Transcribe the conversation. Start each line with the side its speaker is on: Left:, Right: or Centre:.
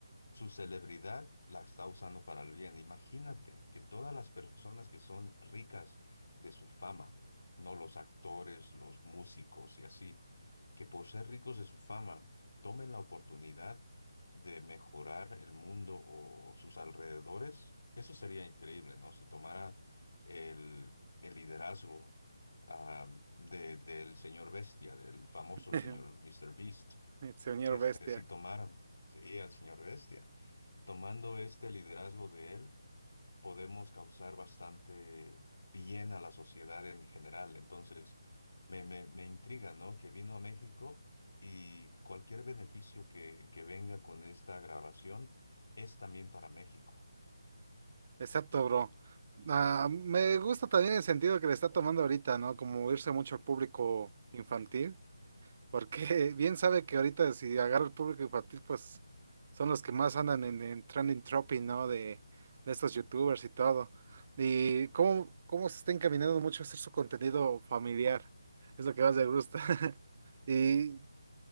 Left: su celebridad la está usando para el bien. Imagínate que todas las personas que son ricas de su fama, ¿no? Los actores, los músicos y así que por ser ricos de su fama tomen la oportunidad de mejorar el mundo o sus alrededores, eso sería increíble, ¿no? Si tomara el, el liderazgo ah, de- del señor Bestia, del famoso
Right: <laughs>
Left: señor Mr. Beast,
Right: el señor
Left: este,
Right: Bestia.
Left: si tomaran, sí, al señor Bestia, tomando este liderazgo de él podemos causar bastante bien a la sociedad en general. Entonces, me, me, me intriga, ¿no? Que vino a México y cualquier beneficio que, que venga con esta grabación es también para México.
Right: Exacto, bro. Ah, me gusta también el sentido que le está tomando ahorita, ¿no? Como irse mucho al público infantil. Porque <laughs> bien sabe que ahorita si agarra el público infantil, pues son los que más andan en, en trending topic, ¿no? De, de estos youtubers y todo. Y cómo, cómo se está encaminando mucho a hacer su contenido familiar. Es lo que más me gusta. <laughs> Y